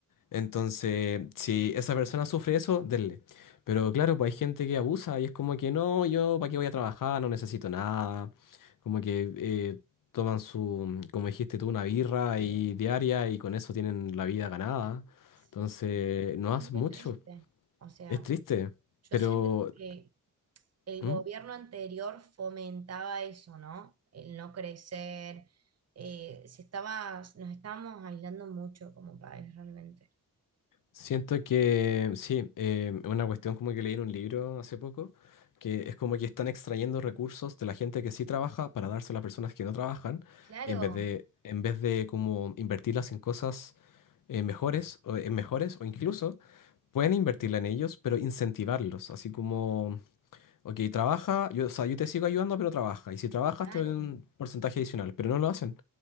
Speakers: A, on the left; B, on the right.
A: Entonces, si esa persona sufre eso, denle. Pero claro, pues hay gente que abusa y es como que no, yo para qué voy a trabajar, no necesito nada. Como que eh, toman su, como dijiste tú, una birra y diaria y con eso tienen la vida ganada.
B: Sí,
A: Entonces, no
B: es
A: hace
B: muy
A: mucho.
B: triste. O sea,
A: Es triste.
B: yo
A: Pero,
B: siento que el
A: ¿Mm?
B: gobierno anterior fomentaba eso, ¿no? El no crecer. eh, se estaba, nos estábamos aislando mucho como país realmente.
A: Siento que sí, eh, una cuestión como que leí en un libro hace poco, que es como que están extrayendo recursos de la gente que sí trabaja para darse a las personas que no trabajan,
B: Claro,
A: en vez de, en vez de como invertirlas en cosas eh, mejores, o, en mejores, o incluso pueden invertirla en ellos, pero incentivarlos, así como, ok, trabaja, yo, o sea, yo te sigo ayudando, pero trabaja, y si trabajas
B: claro,
A: te doy un porcentaje adicional, pero no lo hacen.